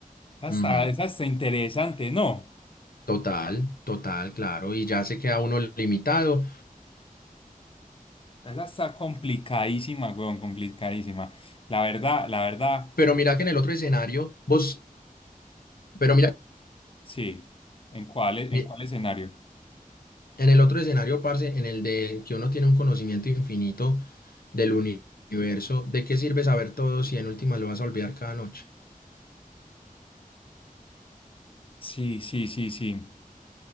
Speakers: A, on the left; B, on the left.
A: Esa está,
B: Ujú.
A: esa está interesante, no.
B: Total, total, claro. Y ya se queda uno limitado.
A: Esa está complicadísima, weón, complicadísima. La verdad, la verdad,
B: Pero mira que en el otro escenario, vos, pero mira,
A: sí. ¿En cuál, e-
B: mi-
A: en cuál escenario?
B: en el otro escenario, parce, en el de que uno tiene un conocimiento infinito del uni- universo, ¿de qué sirve saber todo si en última lo vas a olvidar cada noche?
A: Sí, sí, sí, sí.